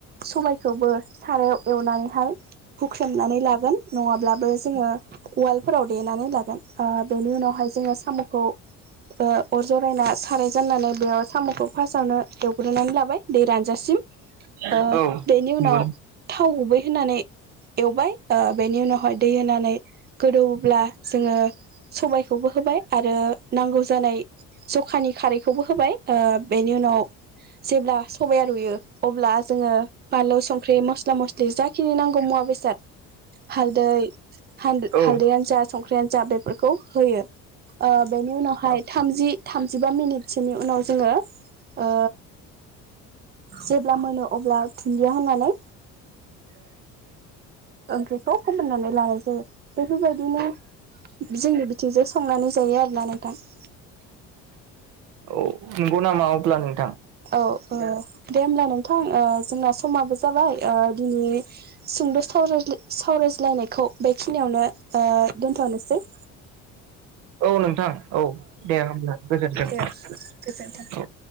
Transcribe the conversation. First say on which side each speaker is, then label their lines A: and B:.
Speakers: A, on the right; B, on the right.
A: सबायखौबो सारायाव एवनानैहाय हुख्रेमनानै लागोन नङाब्लाबो जोङो उवालफोराव देनानै लागोन ओ बेनि उनावहाय जोङो साम'खौ ओ अर जरायना साराय जाननानै बेयाव साम'खौ फास्टावनो एवग्रोनानै लाबाय दै रानजा सिम
B: नंगौ
A: ओ बेनि उनाव थाव गुबै होनानै एवबाय ओ बेनि उनाव हाय दै होनानै गोदौहोब्ला जोङो सबायखौबो होबाय । आरो नांगौ जानाय सम खानि खारैखौबो होबाय । ओ बेनि उनाव जेब्ला सबाया रुयो अब्ला जोङो बानलु सं ख्रि मस्ला मस्लि जाखिनि नांगौ मुवा बेसाद हालदै हाल
B: औ
A: हालदैआनो जा । संख्रियानो जा बेफोरखौ होयो । ओ बेनि उनावहाय थामजि थामजिबा मिनिटसोनि उनाव जोङो ओ जेब्ला मोनो अब्ला धुन दिया होननानै ओंख्रिखौ फोमोननानै लानाय जायो । बेफोरबायदिनो जोंनि बिथिंजों संनानै जायो आरोना नोंथां ।
B: औ नंगौ नामा अब्ला नोंथां ।
A: औ औ दे होमब्ला नों थां ओ जोंना समाबो जाबाय ओ दिनै सुंद' सावरायज्लाय सावरायज्लायनायखौ बेखिनियावनो ओ दोनथ'नोसै ।
B: औ नोंथां औ दे होनब्ला गोजोनथों औ
A: दे
B: ।
A: गोजोन्थों